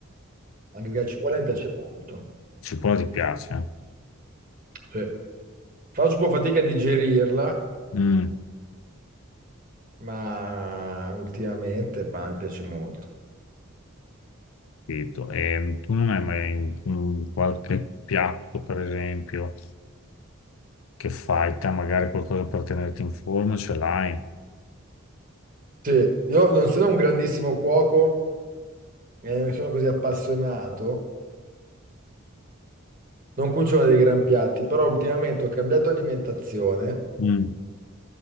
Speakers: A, on the right; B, on the left.
A: Anche perché la cipolla mi piace molto.
B: Cipolla ti piace? eh?
A: Sì. Faccio un po' fatica a digerirla,
B: Mm,
A: ma ultimamente bah, mi piace molto.
B: capito. E tu non hai mai mm, qualche piatto, per esempio, che fai te, magari qualcosa per tenerti in forma, ce l'hai?
A: Sì, io non sono un grandissimo cuoco, eh, sono così appassionato, non cucino dei gran piatti, però ultimamente ho cambiato alimentazione,
B: Mm,